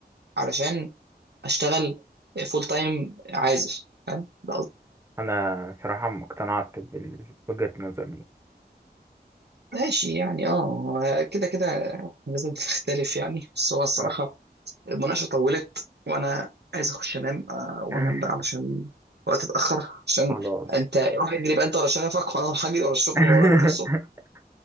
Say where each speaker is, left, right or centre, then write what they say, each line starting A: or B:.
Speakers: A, on the right; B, on the right.
A: علشان اشتغل فول تايم عازف فاهم ده قصدي.
B: انا صراحة اقتنعت بوجهة النظر دي
A: ماشي يعني اه هو كده كده لازم تختلف يعني بس هو الصراحه
B: آه.
A: المناقشة طولت وأنا عايز أخش أنام آه، وما
B: <laughs>
A: أنام بقى علشان وقت اتأخر عشان
B: خلاص
A: أنت روح اجري بقى أنت ورا شغفك وأنا هروح أجري ورا الشغل
B: <laughs>
A: اللي ورايا بكرة الصبح